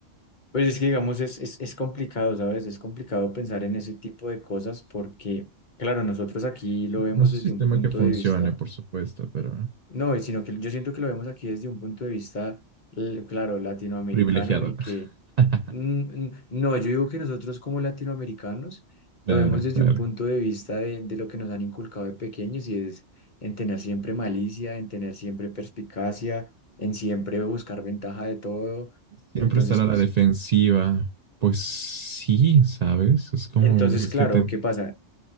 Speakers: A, on the left; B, on the right.
A: Pues es que, digamos, es, es, es complicado, ¿sabes? Es complicado pensar en ese tipo de cosas porque, claro, nosotros aquí lo
B: Claro,
A: vemos
B: No es
A: desde
B: un sistema
A: un punto
B: que funcione,
A: de vista.
B: por supuesto, pero
A: No, y sino que yo siento que lo vemos aquí desde un punto de vista, l- claro, latinoamericano,
B: privilegiado.
A: en el que,
B: <laughs>
A: mm, mm, no, yo digo que nosotros como latinoamericanos
B: Claro,
A: lo vemos desde
B: claro.
A: un punto de vista de, de lo que nos han inculcado de pequeños y es en tener siempre malicia, en tener siempre perspicacia, en siempre buscar ventaja de todo.
B: Siempre
A: Entonces,
B: estar a
A: pues,
B: la defensiva. Pues sí, ¿sabes? Es como,
A: entonces,
B: es
A: claro,
B: que te,
A: ¿qué pasa?